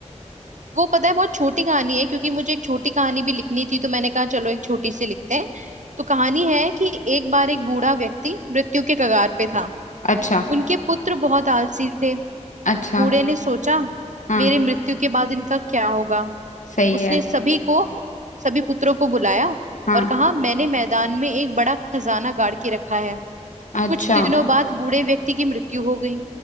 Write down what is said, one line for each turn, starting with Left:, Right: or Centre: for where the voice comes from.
Right: वो पता है बहुत छोटी कहानी है क्योंकि मुझे एक छोटी कहानी भी लिखनी थी तो मैंने कहा चलो एक छोटी सी लिखते हैं तो कहानी है कि एक बार एक बूढ़ा व्यक्ति मृत्यु के कगार पे था
Left: अच्छा
Right: उनके पुत्र बहुत आलसी थे
Left: अच्छा
Right: बूढ़े ने सोचा
Left: हाँ
Right: मेरे मृत्यु के बाद इनका क्या होगा
Left: सही
Right: उसने
Left: है
Right: सभी को सभी पुत्रों को बुलाया
Left: हाँ
Right: और कहा मैंने मैदान में एक बड़ा खजाना गाड़ के रखा है
Left: अच्छा
Right: कुछ दिनों बाद बूढ़े व्यक्ति की मृत्यु हो गई